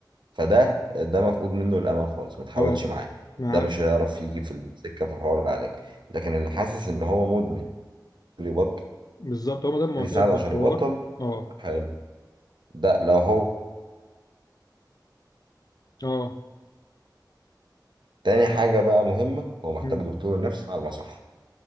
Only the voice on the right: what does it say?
فده ده مفقود منه الامل خالص ما تحاولش
معاه
ده مش هيعرف يجي في السكه في حوار العلاج لكن اللي حاسس ان هو مدمن يبطل
يساعده
عشان يبطل
حلو ده لو هو
تاني حاجة بقى مهمة هو محتاج
دكتور نفسي على المصح